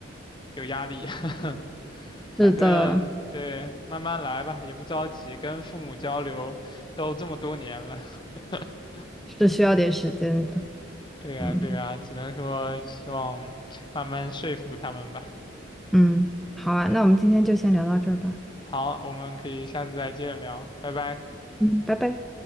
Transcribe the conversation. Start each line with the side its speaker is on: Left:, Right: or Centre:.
Left: 有压力。<laughs> 反正对，
Centre: 的，
Left: 慢慢来吧，也不着急，跟父母交流都这么多年了。<laughs>
Centre: 是需要点时间的，
Left: 对呀对呀，
Centre: 嗯。
Left: 只能说希望慢慢说服他们吧。
Centre: 嗯，好啊，
Left: 嗯，
Centre: 那我们今天就先聊到这儿吧。
Left: 好，我们可以下次再接着聊，拜拜。
Centre: 嗯，拜拜。